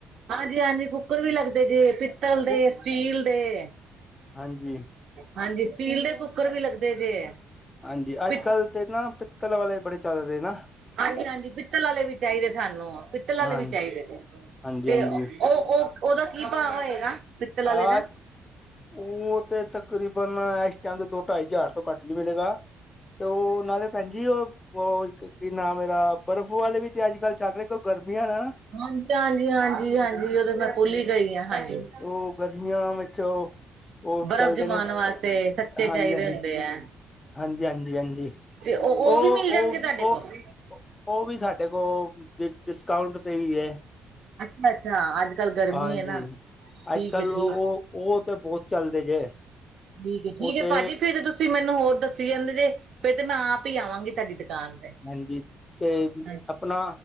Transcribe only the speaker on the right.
ਹਾਂਜੀ- ਹਾਂਜੀ ਕੁੱਕਰ ਵੀ ਲੱਗਦੇ ਜੇ, ਪਿੱਤਲ ਦੇ
ਸਟੀਲ ਦੇ।
ਹਾਂਜੀ ਸਟੀਲ ਦੇ ਕੁੱਕਰ ਵੀ ਲੱਗਦੇ ਜੇ।
ਪਿ
ਹਾਂਜੀ- ਹਾਂਜੀ ਪਿੱਤਲ ਵਾਲੇ ਵੀ ਚਾਹੀਦੇ ਸਾਨੂੰ, ਪਿੱਤਲ ਵਾਲੇ
ਵੀ ਚਾਹੀਦੇ ਨੇ,
ਤੇ
ਉਹ ਉਹ, ਉਹ ਉਹਦਾ ਕੀ ਭਾਅ ਹੋਏਗਾ। ਪਿੱਤਲ ਵਾਲੇ
ਦਾ
ਹਾਂਜੀ- ਹਾਂਜੀ- ਹਾਂਜੀ- ਹਾਂਜੀ ਉਹ ਤੇ ਮੈਂ ਭੁੱਲ ਹੀ ਗਈ ਹਾਂ ਹਾਂਜੀ।
ਬਰਫ਼
ਜਮਾਉਣ
ਵਾਸਤੇ ਸੱਚੇ
ਚਾਹੀਦੇ
ਹੁੰਦੇ ਹੈ
ਤੇ
ਵੀ ਮਿਲ ਜਾਣਗੇ
ਤੁਹਾਡੇ
ਕੋਲ
ਅੱਛਾ- ਅੱਛਾ ਅੱਜ- ਕੱਲ ਗਰਮੀ
ਹੈ ਨਾ। ਠੀਕ
ਹੈ ਠੀਕ
ਠੀਕ ਹੈ। ਠੀਕ
ਹੈ।
ਭਾਜੀ ਫਿਰ ਤੁਸੀਂ ਮੈਨੂੰ ਹੋਰ ਦੱਸੀ ਜਾਂਦੇ ਜੇ ਫਿਰ ਤੇ ਮੈਂ ਆਪ ਹੀ ਆਵਾਂਗੀ ਤੁਹਾਡੀ ਦੁਕਾਨ। ਤੇ
ਹਾਂਜੀ